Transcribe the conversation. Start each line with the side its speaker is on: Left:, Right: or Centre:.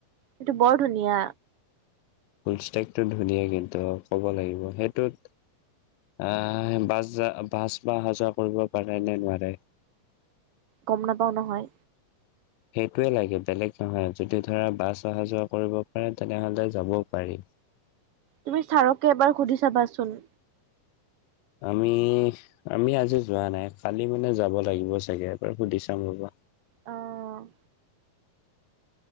Right: এইটো বৰ ধুনীয়া।
Left: <unintelligible> ধুনীয়া কিন্তু ক'ব লাগিব সেইটোত আহ বাছ বাছ বা অহা যোৱা কৰিব পাৰে নে নোৱাৰে।
Right: গম নাপাও নহয়।
Left: সেইটোৱে লাগে বেলেগ নহয় যদি ধৰা বাছ অহা যোৱা কৰিব পাৰে তেনেহলে যাবও পাৰি।
Right: তুমি ছাৰকে এবাৰ সুধি চাবাচোন।
Left: আমি আমি আজি যোৱা নাই কালি মানে যাব লাগিব চাগে এবাৰ সুধি চাম ৰবা।
Right: অ'।